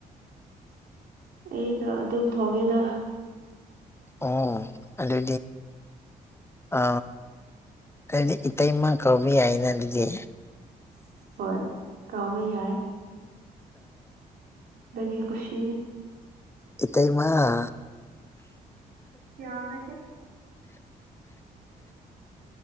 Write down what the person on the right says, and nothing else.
ꯑꯩꯅ ꯑꯗꯨꯝ ꯊꯣꯡꯒꯦꯗ
ꯍꯣꯏ ꯀꯥꯎꯕ ꯌꯥꯏ ꯂꯒꯤ ꯈꯨꯨꯁꯤꯤꯅꯤ
ꯌꯥꯔꯦ